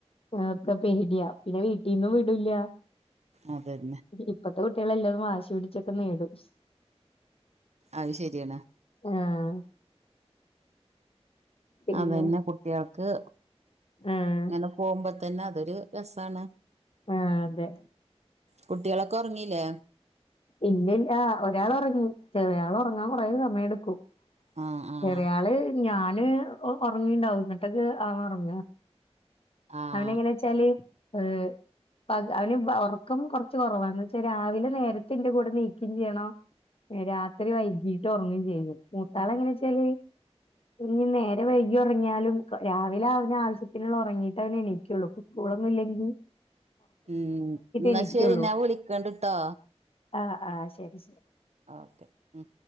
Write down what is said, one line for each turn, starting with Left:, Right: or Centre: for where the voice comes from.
Left: ഒക്കെ പേടിയാ പിന്നെ വീട്ടിൽന്നും വിടില്ല
Right: അതന്നെ
Left: ഇപ്പത്തെ കുട്ട്യാളെല്ലതും വാശി പിടിച്ചൊക്കെ നേടും
Right: അത് ശരിയാണ്
Left: ആഹ് പിന്നെ
Right: അതന്നെ കുട്ട്യാൾക്ക്
Left: ആഹ്
Right: ങ്ങനെ പോവുമ്പോ തന്നെ അതൊരു രസാണ്
Left: ആഹ് അതെ
Right: കുട്ട്യാളൊക്കൊ ഒറങ്ങീല്ലേ
Left: ഇല്ലില്ല ഒരാളൊറങ്ങി ചെറിയാൾ ഉറങ്ങാൻ കുറേ സമയെടുക്കും
Right: ആഹ് ആഹ്
Left: ചെറിയാള് ഞാന് ഒറങ്ങിണ്ടാവും ന്നട്ടൊക്കെ അവൊറങ്ങ
Right: ആഹ്
Left: അവനെങ്ങനെച്ചാല് ഏ പക അവന് ഉറക്കം കൊറച്ച് കൊറവാന്ന്വെച്ചാ രാവിലെ നേരത്തെന്റെ കൂടെ നീക്കയും ചെയ്യണം രാത്രി വൈകീട്ട് ഉറങ്ങും ചെയ്യും മൂത്താളെങ്ങനെച്ചാല് ഇനി നേരം വൈകി ഒറങ്ങിയാലും രാവിലെ അവന് ആവശ്യത്തിനുള്ള ഉറങ്ങിയിട്ടേ അവനെണീക്കുള്ളു സ്കൂളൊന്നുല്ലെങ്കി
Right: ഉം ന്നാ
Left: എണീക്കുള്ളൂ
Right: ശരി ഞാൻ വിളിക്കണ്ട്ട്ടോ
Left: ആഹ് ആഹ് ശരി ശരി
Right: ഓക്കെ ഉം